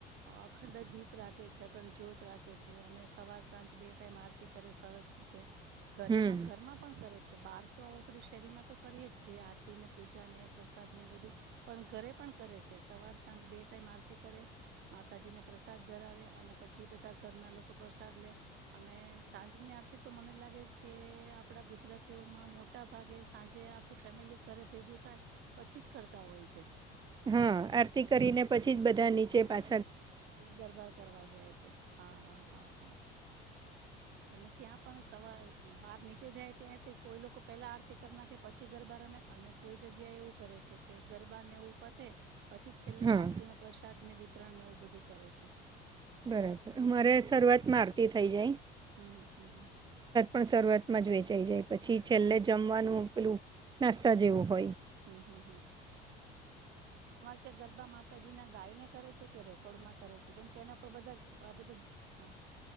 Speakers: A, on the right (about 60°); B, on the right (about 20°).
A: અખંડ દીપ રાખે છે અખંડ જ્યોત રાખે છે અને સવાર સાંજ બે ટાઈમ આરતી કરે સરસ રીતે ઘરેમાં
B: હમ
A: ઘરમાં પણ કરે છે કે બહાર તો આવ આપડ શેરીમાં તો કરીએ જ છીએ આરતીને પૂજાને પ્રસાદને એવું બધું પણ ઘરે પણ કરે છે સવાર સાંજ બે ટાઈમ આરતી કરે માતાજીને પ્રસાદ ધરાવે અને પછી બધા ઘરના લોકો પ્રસાદ લે અને સાંજની આરતી તો મને લાગે છે કે આપણા ગુજરાતીઓમાં મોટાભાગે સાંજ જે આખું ફેમિલી ઘરે ભેગું થાય પછી જ કરતા હોય છે.
B: હા આરતી કરીને પછી જ બધા નીચે પા
A: ગરબાર કરવા જાય છે હા હા હા હા અને ત્યાં પણ સવાર બહાર નીચે જાય ત્યાંથી કોઈ લોકો પેલા આરતી કર ના કે પછી ગરબા રમે અને કોઈ જગ્યા એવું કરે છે કે ગરબા ને એવું પતે પછી છેલ્લે
B: હા
A: આરતીને પ્રસાદ ને ત્રણેનેવ દુ કરે છે.
B: બરાબર અમારે શરૂઆત મા આરતી થઇ જાય.
A: હમ્મ હમ્મ હમ્મ
B: ણ શરૂઆતમાં જ વેચાઈ જાય. પછી છેલ્લે
A: હમ
B: જમવાનું પેલું નાસ્તા
A: હમ
B: જેવું હોય.
A: હમ તે ગરબા માતાજીના ગાયને કરે છે કે રેકોર્ડમાં કરે છે કેમ કે એના પર બધા આ બધું હા